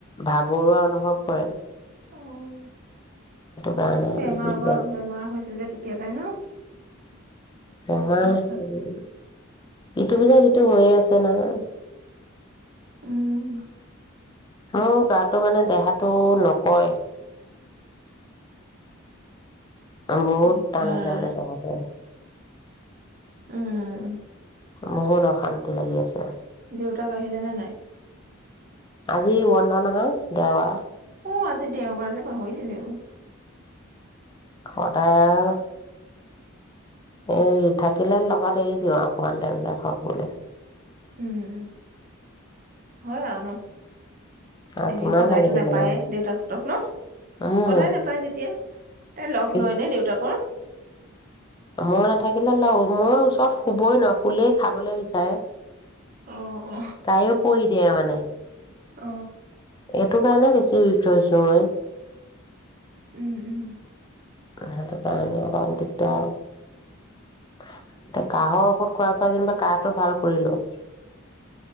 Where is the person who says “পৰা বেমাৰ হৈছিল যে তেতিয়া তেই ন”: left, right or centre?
Right